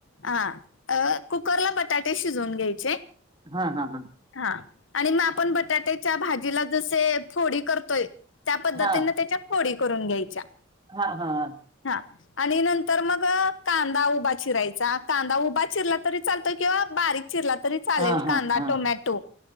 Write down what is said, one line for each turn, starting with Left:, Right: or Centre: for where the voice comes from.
Left: हा अ कुकरला बटाटे शिजवून घ्यायचे.
Right: हां हां हां.
Left: हां आणि मग आपण बटाट्याच्या भाजीला जसे फोडी करतोय त्या पद्धतीने
Right: हा
Left: त्याच्या फोडी करून घ्यायच्या.
Right: हां हां हां.
Left: हां आणि नंतर मग कांदा उभा चिरायचा कांदा उभा चिरला तरी चालतोय किंवा बारीक चिरला तरी चालेल
Right: हा हा
Left: कांदा
Right: हा हा
Left: टोमॅटो